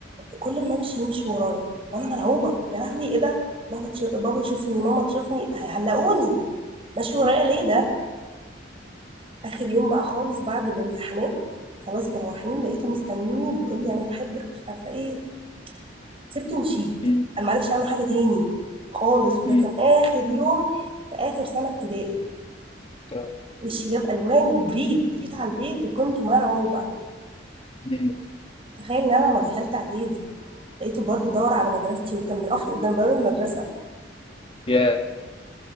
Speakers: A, on the right; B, on the left.
A: كل ما امشي يمشي ورايا وانا مرعوبه يا لهوي ايه ده بابا تشوف بابا يشوفني ماما تشوفني هيعلقوني ماشي ورايا
B: مم.
A: ليه ده اخر يوم بقى خالص بعد الامتحانات خلاص مروحين لقيته مستنيني بيقول لي انا بحبك مش عارفه ايه سبته ومشيت
B: مم.
A: انا ما عرفش عنه حاجه تاني خالص وده
B: مم.
A: كان اخر يوم في اخر سنه ابتدائي
B: آه.
A: وشي جاب الوان وجريت جريت على البيت وكنت مرعوبه
B: مم.
A: تخيل ان انا لما دخلت اعدادي لقيته برضو دور على مدرستي وكان بيقف لي قدام باب المدرسة
B: يا